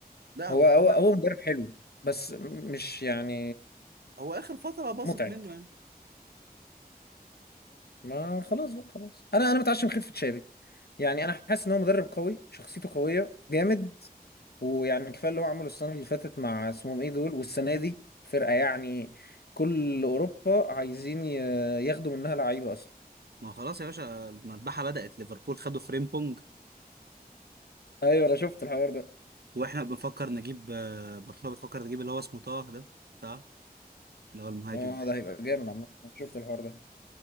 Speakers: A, on the right; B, on the left.
A: لا هو
B: هو هو
A: عمل
B: هو مدرب حلو بس مش يعني
A: هو اخر فتره باظت
B: متعب
A: منه يعني
B: ما خلاص بقى خلاص انا انا متعشم خلفة شابي يعني انا حاسس ان هو مدرب قوي شخصيته قويه جامد ويعني كفايه اللي هو عمله السنه اللي فاتت مع اسمهم ايه دول والسنه دي فرقه يعني كل اوروبا عايزين ي- ياخدوا منها لعيبه اصلا
A: ما خلاص يا باشا المذبحه بدات ليفربول خدوا فريمبونج
B: ايوه انا شفت الحوار ده
A: واحنا بنفكر نجيب آه، برشلونه بتفكر تجيب اللي هو اسمه طه ده بتاع اللي هو المهاجم
B: اه ده هيبقى جامد عامه أنا شفت الحوار ده